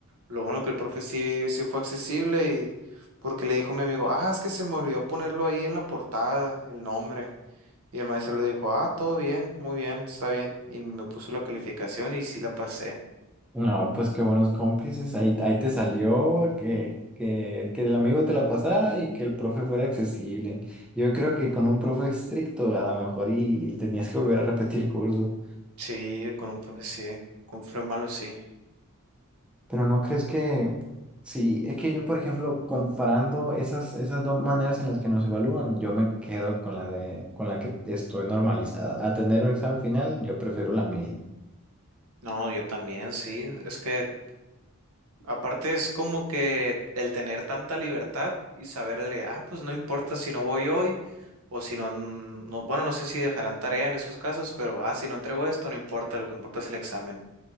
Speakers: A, on the right; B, in the centre.
A: Lo bueno que el profe sí, sí fue accesible y porque le dijo a mi amigo, ah, es que se me olvidó ponerlo ahí en la portada, el nombre. Y el maestro le dijo, ah, todo bien, muy bien, está bien. Y me puso la calificación y sí la pasé.
B: No, pues qué buenos cómplices. Ahí, ahí te salió que, que, que el amigo te la pasara y que el profe fuera accesible. Yo creo que con un profe estricto a lo mejor y, y tenías que volver a repetir curso.
A: Sí, con un profe sí, con un profe malo sí.
B: Pero no crees que... Sí, es que yo, por ejemplo, comparando esas, esas dos maneras en las que nos evalúan, yo me quedo con la de, con la que estoy normalizada. A tener un examen final, yo prefiero la mía.
A: No, yo también sí. Es que Aparte es como que el tener tanta libertad y saberle, ah, pues no importa si no voy hoy o si no, n- no- bueno, no sé si dejarán tarea en esos casos, pero, ah, si no entrego esto, no importa, lo que importa es el examen.